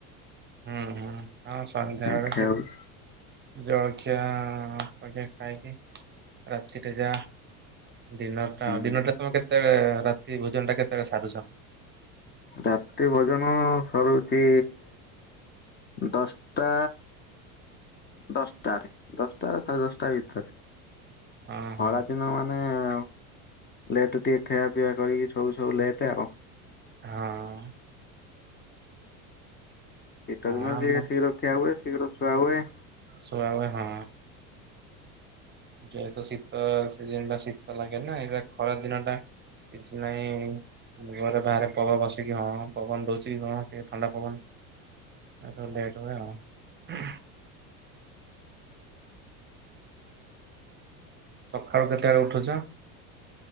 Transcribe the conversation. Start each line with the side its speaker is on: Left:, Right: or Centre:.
Right: ହୁଁ ହୁଁ ଆଉ ସନ୍ଧ୍ୟାବେଳେ
Left: ଆଉ ଖିଆ
Right: ସେ
Left: ହଉଛି।
Right: ଜଳଖିଆ <unintelligible> ଖାଇକି ରାତିରେ ଯା ଡିନର ଟା
Left: ହୁଁ
Right: ଡିନର ଟା ତମେ କେତେବେଳେ ରାତି ଭୋଜନ ଟା କେତେବେଳେ ସାରୁଛ?
Left: ରାତିି ଭୋଜନ ସରୁଚି ଦଶଟା ଦଶଟାରେ ଦଶଟା ସାଢେ ଦଶଟା ଭିତରେ
Right: ହଁ
Left: ଖରା
Right: ହଁ
Left: ଦିନ ମାନ୍ ମାନେ ଲେଟ୍ ଟିକେ ଖିଆପିଆ କରିକି ସବୁ ସବୁ ଲେଟ୍ ଆଉ।
Right: ହଁ
Left: ଶୀତ
Right: ହଁ
Left: ଦିନ
Right: ଆମ
Left: ଯିଏ ଶୀଘ୍ର ଖିଆ ହୁଏ ଶୀଘ୍ର ଛୁଆ ହୁଏ।
Right: ଶୁଆ ହୁଏ ହଁ ଯେହେତୁ ଶୀତ ସିଜିନ ଟା ଶୀତ ଲାଗେ ନା ଏଇଟା ଖରା ଦିନ ଟା। କିଛି ନାଇଁ ଘରେ ବାହାରେ ପବନ ବସିକି ହଁ ପବନ ଦଉଛି କଣ ଟିକେ ଥଣ୍ଡା ପବନ ଆ ସବୁ ଲେଟ୍ ହୁଏ ଆଉ। ସଖାଳୁ କେତେବେଳେ ଉଠୁଚ?